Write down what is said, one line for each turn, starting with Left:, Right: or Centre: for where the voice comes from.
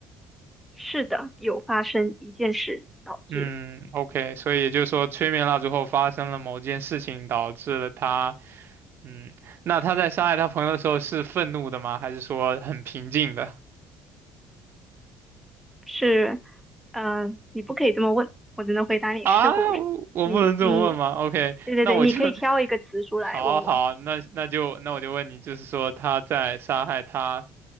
Centre: 是的，有发生一件事导致的，
Right: 嗯，OK，所以也就是说，吹灭蜡烛后发生了某件事情，导致了他，嗯，那他在杀害他朋友的时候是愤怒的吗？还是说很平静的？
Centre: 是，嗯、你不可以这么问，我只能回答你是或不是，
Right: 啊，我不能这么问吗？OK，
Centre: 你你，对对对，
Right: 那我就
Centre: 你可以挑一个词出来问我，
Right: <laughs> 好好，那那就那我就问你，就是说他在杀害他